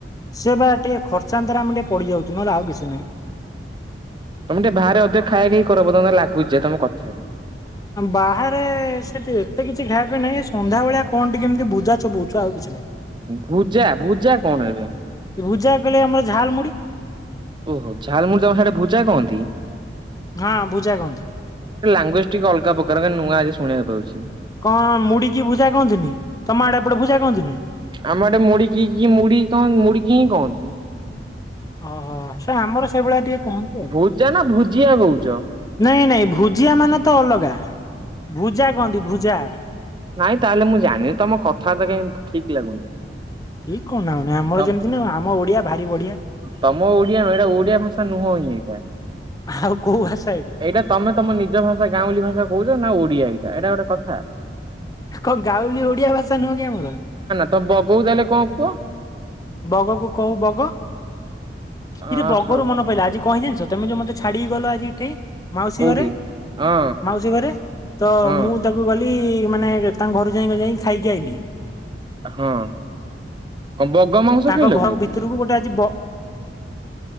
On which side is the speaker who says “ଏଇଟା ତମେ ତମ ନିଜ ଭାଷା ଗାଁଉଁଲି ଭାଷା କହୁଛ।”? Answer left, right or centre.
Right